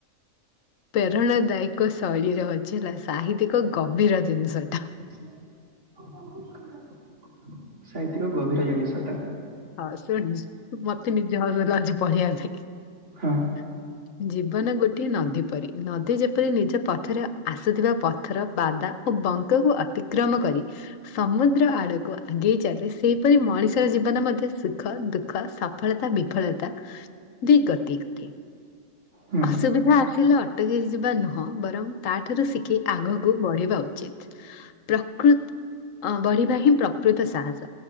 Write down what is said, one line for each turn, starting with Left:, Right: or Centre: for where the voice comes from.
Left: ପ୍ରେରଣାଦାୟକ ଶୈଳୀରେ ଅଛି ହେଲା ସାହିତ୍ୟିକ ଗଭୀର ଜିନିଷ ଟା।
Right: ହ <inaudible> ଓ ହ ସୁ <unintelligible> ସାହିତ୍ୟିକ ଗଭୀର ଏଇ ଜିନିଷ ଟା।
Left: ହଁ ଶୁଣି ମତେ ନିଜ ହସ ଲାଗଛି ପଢିବା ପାଇଁ <unintelligible>
Right: ହଁ।
Left: <inaudible> ଜୀବନ ଗୋଟିଏ ନଦୀ ପରି ନଦୀ ଯେପରି ନିଜ ପଥରେ ଆସୁଥିବା ପଥର ବାଦା ଓ ବଙ୍କା କୁ ଅତିକ୍ରମ କରି ସମୁଦ୍ର ଆଡକୁ ଆଗେଇ ଚାଲିଲେ ସେହିପରି ମଣିଷର ଜୀବନ ମଧ୍ୟ ସୁଖ ଦୁଃଖ ସଫଳତା ବିଫଳତା ଦି ଗତି କଟରେ।
Right: ହୁଁ
Left: ଅସୁବିଧା ଆସିଲେ ଅଟକି ଯିବା ନୁହଁ ବରଂ ତାଠାରୁ ଶିଖି ଆଗକୁ ବଢିବା ଉଚିତ। ପ୍ରକୃତ ବଢିବା ହିଁ ପ୍ରକୃତ ସାହସ